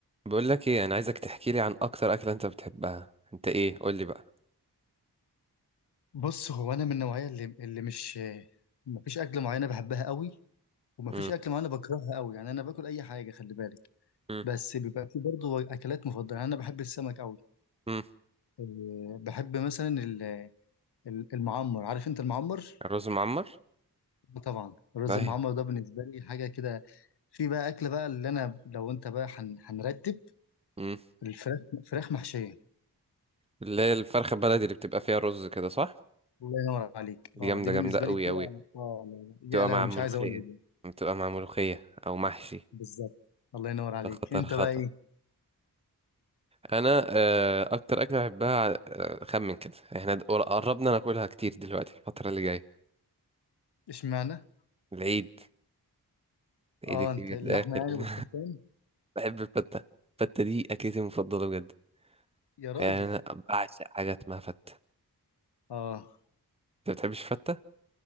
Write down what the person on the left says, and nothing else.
بص هو انا من النوعيه اللي اللي مش مفيش اكل معينه بحبها قوي ومفيش
اكل معينه بكرهها قوي يعني انا باكل اي حاجه خلي بالك
بس بيبقى في برضه اكلات مفضله يعني انا بحب السمك قوي
أه، بحب مثلا ال- ال- المعمر عارف انت المعمر
طبعا الرز
المعمر ده بالنسبه لي حاجه كده في بقى اكله بقى اللي انا لو انت بقى هن- هنرتب
الفراخ فراخ محشيه
الله ينور عليك
اه
دي بالنسبه
لي كده
اه لا لا
يا
لو مش
عايز اقول لك
بالظبط الله ينور عليك
انت بقى
ايه
اشمعنى
اه
انت اللحمه
يعني والتفتان
يا راجل
اه